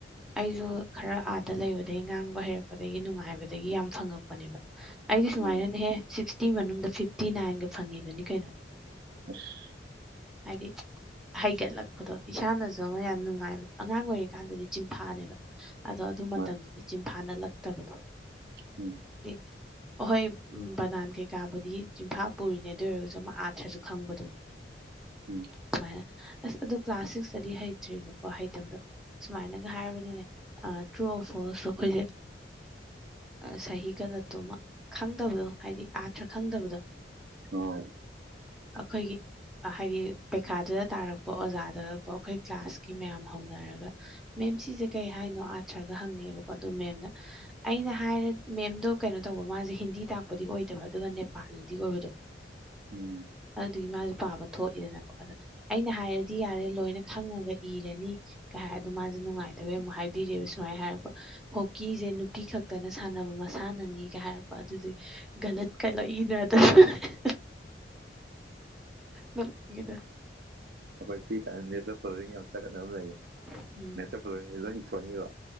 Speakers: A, in the centre; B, on the right.
A: ꯑꯩꯖꯨ ꯈꯔ ꯑꯥꯗ ꯂꯩꯕꯗꯒꯤ ꯉꯥꯡꯕ ꯍꯩꯔꯛꯄꯗꯒꯤ ꯅꯨꯡꯉꯥꯏꯕꯗꯒꯤ ꯌꯥꯝ ꯐꯪꯉꯛꯄꯅꯦꯕ ꯑꯩꯗꯤ ꯁꯨꯃꯥꯏꯅꯅꯦꯍꯦ
B: ꯎꯝ
A: ꯁꯤꯛꯁꯇꯤ ꯃꯅꯨꯡꯗ ꯐꯤꯐꯇꯤ ꯅꯥꯏꯟꯒ ꯐꯪꯉꯤꯕꯅꯤ ꯀꯩꯅꯣ
B: <unintelligible>
A: ꯍꯥꯏꯗꯤ ꯍꯩꯒꯠꯂꯛꯄꯗꯣ ꯏꯁꯥꯅꯖꯨ ꯑꯃ ꯌꯥꯝ ꯅꯨꯡꯉꯥꯏꯕꯗꯣ ꯑꯉꯥꯡ ꯑꯣꯏꯔꯤꯀꯥꯟꯗꯗꯤ ꯆꯤꯟꯐꯥꯅꯦꯕ ꯑꯗꯣ ꯑꯗꯨ ꯃꯇꯝꯗꯗꯤ
B: ꯍꯣꯏ
A: ꯆꯤꯟꯐꯥ ꯅꯠꯂꯛꯇꯕꯗꯣ
B: ꯎꯝ
A: <unintelligible> ꯍꯣꯏ ꯕꯅꯥꯟ ꯀꯩꯀꯥꯕꯨꯗꯤ ꯆꯝꯐꯥ ꯄꯨꯔꯤꯅꯦ ꯑꯗꯨ ꯑꯣꯏꯔꯒꯖꯨ ꯑꯃ ꯑꯥꯊ꯭ꯔꯖꯨ ꯈꯪꯕꯗꯣ <inaudible>
B: ꯎꯝ
A: ꯑꯗꯨꯃꯥꯏꯅ ꯑꯁ ꯑꯗꯣ ꯀ꯭ꯂꯥꯁ ꯁꯤꯛꯁꯇꯗꯤ ꯍꯩꯇ꯭ꯔꯤꯕꯀꯣ ꯍꯩꯇꯕꯗꯣ ꯁꯨꯃꯥꯏꯅꯒ ꯍꯥꯏꯔꯕꯅꯤꯅꯦ ꯑꯥ ꯇ꯭ꯔꯨ ꯑꯣ ꯐꯣꯜꯁꯇꯣ ꯑꯈꯣꯏꯖꯦ ꯑꯥ ꯁꯍꯤ ꯒꯂꯠꯇꯣ ꯑꯃ ꯈꯪꯗꯕꯗꯣ ꯍꯥꯏꯗꯤ ꯑꯊ꯭ꯔꯥ ꯈꯪꯗꯕꯗꯣ
B: ꯑꯣ
A: ꯑꯈꯣꯏꯒꯤ ꯍꯥꯏꯗꯤ ꯄꯩꯈꯥꯗꯨꯗ ꯇꯥꯔꯛꯄ ꯑꯣꯖꯥꯗꯒ ꯀꯣ ꯈꯣꯏ ꯀ꯭ꯂꯥꯁꯀꯤ ꯃꯌꯥꯝ ꯍꯧꯅꯔꯒ ꯃꯦꯝ ꯁꯤꯖꯦ ꯀꯩ ꯍꯥꯏꯅꯣ ꯑꯥꯊ꯭ꯔꯒ ꯍꯪꯉꯦꯕꯀꯣ ꯑꯗꯨ ꯃꯦꯝꯅ ꯑꯩꯅ ꯍꯥꯏꯔꯦ ꯃꯦꯝꯗꯣ ꯀꯩꯅꯣ ꯇꯧꯕ ꯃꯥꯖꯦ ꯍꯤꯟꯗꯤ ꯇꯥꯛꯄꯗꯤ ꯑꯣꯏꯗꯕ ꯑꯗꯨꯒ ꯅꯦꯄꯥꯂꯤꯗꯤ ꯑꯣꯏꯕꯗꯣ
B: ꯎꯝ
A: ꯑꯗꯨꯗꯨꯒꯤ ꯃꯥꯖꯨ ꯄꯥꯕ ꯊꯣꯛꯏꯗꯅꯀꯣ ꯑꯗ ꯑꯩꯅ ꯍꯥꯏꯔꯗꯤ ꯌꯥꯔꯦ ꯂꯣꯏꯅ ꯈꯪꯉꯒ ꯏꯔꯅꯤ ꯀꯩ ꯍꯥꯏ ꯑꯗꯣ ꯃꯥꯖꯦ ꯅꯨꯡꯉꯥꯏꯇꯕꯩ ꯑꯃꯨꯛ ꯍꯥꯏꯕꯤꯔꯤꯕ ꯁꯨꯃꯥꯏꯟ ꯍꯥꯏꯔꯛꯄ ꯍꯣꯛꯀꯤꯖꯦ ꯅꯨꯄꯤ ꯈꯛꯇꯅ ꯁꯥꯟꯅꯕ ꯃꯁꯥꯟꯅꯅꯤꯒ ꯍꯥꯏ ꯑꯗꯨꯗꯤ ꯒꯅꯠꯀ ꯂ ꯏꯅꯔꯡ ꯇꯧ <unintelligible> ꯅꯣꯛꯅꯤꯡꯉꯤꯗ
B: ꯑꯈꯣꯏ ꯄꯤ ꯒꯥꯏꯅ ꯃꯦꯠꯁ ꯗ ꯐꯣꯂꯣꯌꯤꯡ ꯌꯥꯝ ꯆꯥꯒꯠꯅꯕ ꯂꯩꯌꯦ
A: ꯎꯝ
B: ꯃꯦꯠꯁ ꯗ ꯐꯣꯂꯣꯋꯤꯡ ꯂꯣꯏ ꯏꯊꯣꯛꯑꯅꯤꯕ